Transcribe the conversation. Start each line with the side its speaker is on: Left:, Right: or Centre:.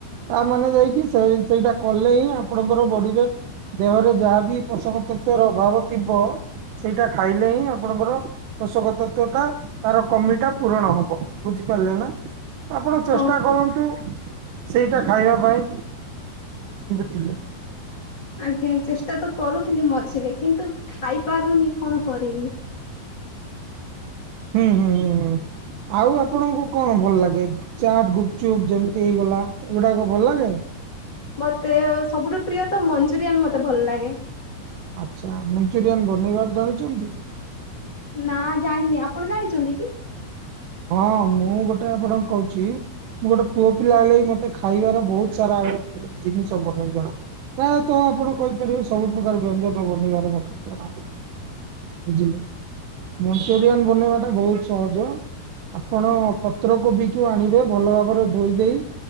Right: ତାମାନେ ଯାଇକି ସେ ସେଇଟା କଲେ ହିଁ ଆପଣଙ୍କର ବଡିରେ ଦେହରେ ଯାହା ବିି ପୋଷକ ତତ୍ଵ ର ଅଭାବ ଥିବ ସେଇଟା ଖାଇଲେ ହିଁ ଆପଣଙ୍କର ପୋଷକ ତତ୍ଵ ଟା ତାର କମିଟା ପୂରଣ ହବ ବୁଝିପାରିଲେ ନା। ଆପଣ ଚେଷ୍ଟା
Left: ହଁ
Right: କରନ୍ତୁ ସେଇଟା ଖାଇବା ପାଇଁ ବୁଝିଲେ।
Left: ଆଜ୍ଞା ଚେଷ୍ଟା ତ କରୁଥିଲି ମଝିରେ କିନ୍ତୁ ଖାଇ ପାରୁନି କଣ କରିବି।
Right: ହୁଁ ହୁଁ ହୁଁ ହୁଁ ଆଉ ଆପଣଙ୍କୁ କଣ ଭଲ ଲାଗେ? ଚାଟ୍ ଗୁପଚୁପ୍ ଯେମିତି ହେଇଗଲା ଏଗୁଡାକ ଭଲ ଲାଗେ।
Left: ମତେ ସବୁଠୁ ପ୍ରିୟ ତ ମଞ୍ଚୁରିଆନ ମତେ ଭଲ ଲାଗେ।
Right: ଆଛା ମଞ୍ଚୁରିଆନ ବନେଇବାର ଜାଣିଚନ୍ତି?
Left: ନା ଜାଣିନି ଆପଣ ଜାଣିଛନ୍ତି କି?
Right: ହଁ ମୁଁ ଗୋଟେ ଆପଣ କହୁଛି ମୁଁ ଗୋଟେ ପୁଅ ପିଲା
Left: ହଁ
Right: ହେଲେ ବି ମତେ ଖାଇବାର ବହୁତ ସାରା ଜିନିଷ ବନେଇ ଜଣା। ପ୍ରାୟତଃ ଆପଣ କହିପାରିବେ ସବୁ ପ୍ରକାର ବ୍ୟଞ୍ଜନ ବନେଇବାର ମତେ ଜଣା। ବୁଝିଲେ ମଞ୍ଚୁରିଆନ ବନେଇବା ଟା ବହୁତ ସହଜ ଆପଣ ପତ୍ରକୋବିକୁ ଆଣିବେ ଭଲ ଭାବରେ ଧୋଇ ଦେଇ